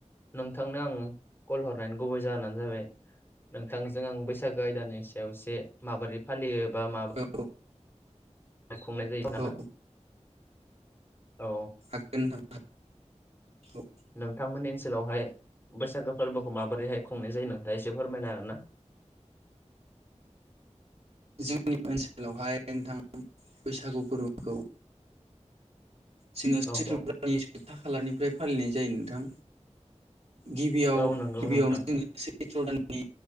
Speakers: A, on the left; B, on the right.
A: नोंथांनो आं कल हरनायनि गुबै जाहोनानो जाबाय नोंथांजों आं बैसागो आयदानि सायाव एसे माबोरै फालियो बा मा
B: औ
A: खुंनाय जायो दाना
B: औ
A: औ
B: हागोन नोंथां औ
A: नोंथांमोननि ओन ओनसोलावहाय बैसागो फोरबोखौ माबोरैहाय खुंनाय जायो नोंथाङा दा एसे फोरमायनो हागोन ना? <inaudible>
B: जोंनि ओनसोलावहाय नोंथां बैसागु फोरबोखौ जोङो
A: औ
B: सैत्र
A: औ
B: दाननि जोबथा खालानिफ्राय फालिनाय जायो नोंथां गिबियाव
A: औ नंगौ
B: गिबियावनो
A: नोंथां
B: जोङो सैत्र दाननि